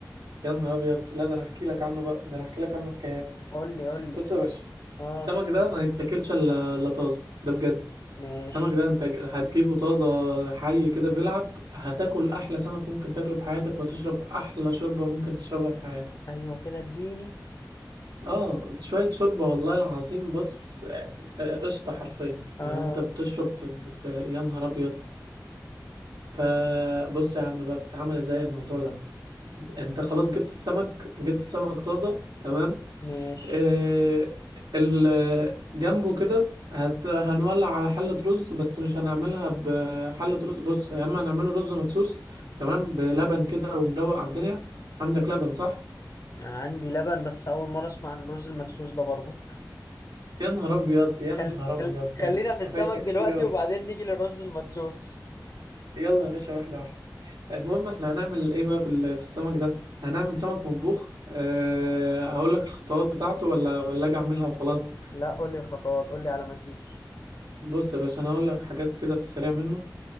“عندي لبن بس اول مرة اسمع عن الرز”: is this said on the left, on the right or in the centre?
Left